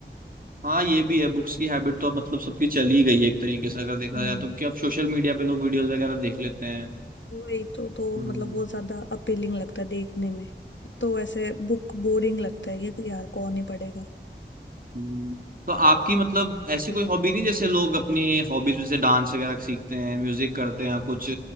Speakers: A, on the right; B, on the left.
A: हाँ ये भी है बुक्स की हैबिट तो अब मतलब सबकी चली गई है एक तरीके से अगर देखा
B: हम्म
A: जाए तो कि अब सोशल मीडिया पे लोग वीडियोस वगैरह देख लेते हैं
B: वही तो तो
A: हम्म
B: मतलब वो ज्यादा अपीलिंग लगता है देखने में तो ऐसे बुक बोरिंग लगता है कि यार कौन ही पढ़ेगा
A: हम्म। तो आपकी मतलब ऐसी कोई हॉबी नहीं जैसे लोग अपनी हॉबीज जैसे डांस वगैरह सीखते हैं म्यूजिक करते हैं कुछ